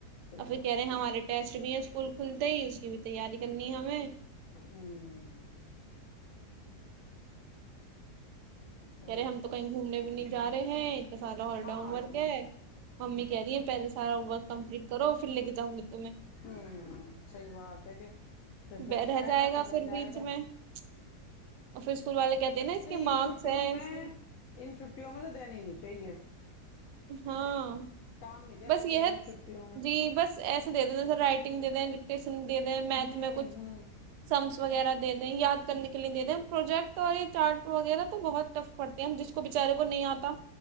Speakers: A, on the left; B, on the right.
A: صحیح
B: پھر
A: بات
B: کہہ رہے ہیں ہمارے ٹیسٹ بھی ہے اسکول کھلتے ہی اس کی بھی تیاری کرنی ہے ہمیں
A: ہوں بہت
B: کہرے ہم تو کہیں گھومنے بھی نہیں جا رہے ہیں اتنا سارا ہوڈاومورگ
A: ہاں اتنا
B: ہے ممی کہہ رہی ہیں پہلس سارا اا کمپلیٹ کرو پھر لےا ہ گ
A: ہوں صحی بات ہے کہ پھر رہ
B: بے
A: جائے گا تو رہ
B: پھر
A: جائے
B: بیچ
A: گا
B: میں اور پھر اسکول والے کہتے ہیں نا اس
A: نہیں
B: کے مارکس
A: ان چھٹیوں
B: ہیں
A: میں
B: اس کے
A: ان چھٹیوں میں تو دینا ہی نہیں چاہیے
B: ہاں
A: کام نہیں دینا
B: بس
A: چاہیے
B: یہ
A: ان چھٹیوں میں
B: جی بس ایسے دے د د سر رائٹنگ دے دیں ڈکٹیشن دے رہ میتھ
A: ہوں
B: میں کچھ
A: ہوں
B: س وغیرہ دے دیں یاد کرنے کے لیے دے دیں پروجیکٹ ہو چار وغیرہ تو بہت ٹف پڑتے ہیں ہم جس کو بچارے کو نہیں آتا